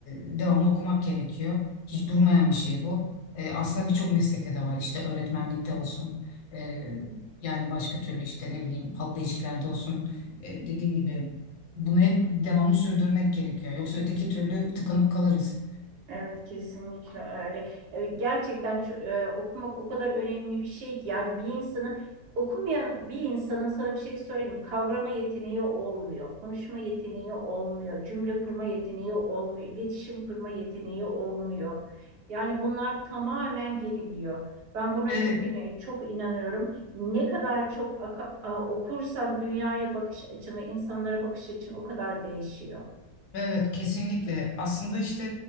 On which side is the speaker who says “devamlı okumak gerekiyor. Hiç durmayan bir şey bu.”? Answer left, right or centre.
Left